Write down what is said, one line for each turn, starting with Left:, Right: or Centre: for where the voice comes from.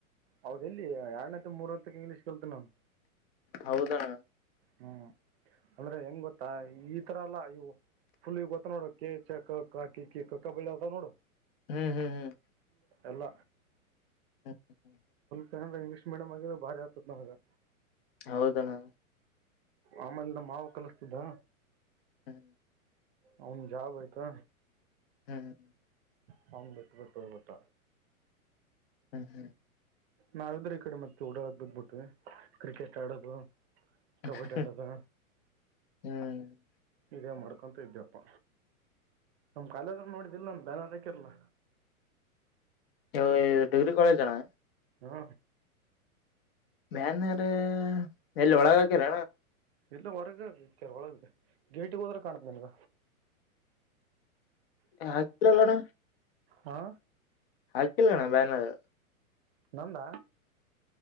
Right: ಅವಾಗ ಎಲ್ಲಿ ಎರಡ್ಂತ ಮೂರ್ತ್ತಕ್ ಇಂಗ್ಲೀಷ್ ಕಲ್ತ ನಾನು
Left: ಹೌದಣ
Right: ಹ್ಮ್ ಅಂದ್ರೆ ಹೆಂಗ್ ಗೊತ್ತಾ ಈ ತರ ಎಲ್ಲಾ ಇವು ಫುಲ್ಗ್ ಗೊತ್ತ ನೋಡ ಕ ಚ ಕ ಕಾ ಕಿ ಕಿ ಕಕ್ಕ ಬಳಿ ಆತ ನೋಡ
Left: ಹ್ಮ್ ಹ್ಮ್ ಹ್ಮ್
Right: ಎಲ್ಲ
Left: ಹ್ಮ್ ಹ್ಮ್
Right: ಏ್ರಇಂಗ್ಲಷ್ ಮೀಡಿಯಂ ಆಗ್ರೆ ಭಾರಿ ಆತದ ನನಗೆ
Left: ಹೌದಣ್ಣಾ
Right: ಆಮೇಲೆ ಮಾವ ಕಲಸ್ತುದಾ
Left: ಹ್ಮ್
Right: ಹ ಜಾಬ್ ಆಯ್ತಾ
Left: ಹ್ಮ್
Right: ಹ ಬಿಟ್ಟು ಬಿಟ್ಟು ಹೋಗಿಬಿಟ್ಟ
Left: ಹ್ಮ್ ಹ್ಮ್
Right: ನಾವಿದ್ರೆ ಈ ಕಡೆ ಮತ್ತೆ ಓಡಾಡದ ಬದ್ಬಿಟ್ವಿ ಕ್ರಿಕೆಟ್ ಆಡೋದು
Left: ಹ್ಮ್
Right: ಕಬಡ್ಡಿ ಆಡೋದು ಇದೇ ಮಾಡ್ಕೊಂತ ಇದ್ಯಪ್ಪ ನಮ ಕಾಲೇ ನೋಡಿದಿಲ್ಲ ನಮ ಬೇಲ ಹಾಕಿರ್ಲ್ಲ
Left: ಇ ಡಿಗ್ರಿ ಕಾಲೇಜ್ನಾ
Right: ಹ್ಮ
Left: ಮ್ಯಾನ್ರ ಎಲ್ಲಿ ಒಳಗ ಹಾಕರಣ
Right: ಇಲ್ಲ ಹೊರಗ ಕೆರ ಒಳಗ ಗೇಟಿಗೆ ಹೋದ್ರೆ ಕಾಣತ್ ನನ್ಗ
Left: ಯಾಕಲಲ್ಲಣ್ಣ
Right: ಹಾ
Left: ಹಾಕಿಲ್ಲಣ್ಣ ಬ್ಯಾನರ್
Right: ನಂದ